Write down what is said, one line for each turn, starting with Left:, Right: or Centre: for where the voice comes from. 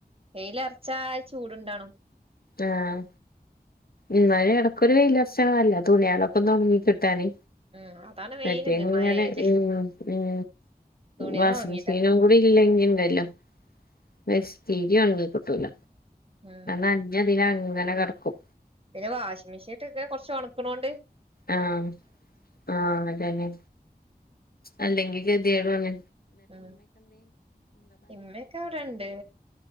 Right: വെയ്ലെർച്ചാ ചൂട്‌ണ്ടാണും
Left: ആഹ് ഇന്നാലും എടക്കൊരു വെയിലൊറച്ചാല്ലല്ലേ തുണ്യിളൊക്കൊന്ന് ഒണങ്ങി കിട്ടാന്.
Right: ഉം അതാണ് മെയിൻ
Left: മറ്റേത്ങനെ
Right: ഇത് മഴയായാല്
Left: ഉം ഉം
Right: തുണികൾ
Left: വാഷ്മെഷീനൊന്നും‌
Right: ഉണങ്ങിയിട്ടാല്
Left: ഇല്ലെങ്കിണ്ടല്ലോ <unintelligible> തീരി ഒണങ്ങി കിട്ടൂല
Right: ഉം
Left: ന്ഞതിലങ്ങനെ കടക്കും.
Right: പിന്നെ വാഷാമെഷീൻ ട്ട് കൊറച്ച് ഒണക്കാണോണ്ട്
Left: ആഹ് ആഹ് അതേലെ അല്ലെങ്കി ഗതികേടാണ്
Right: ം ഇമ്മൊക്കെവടണ്ട്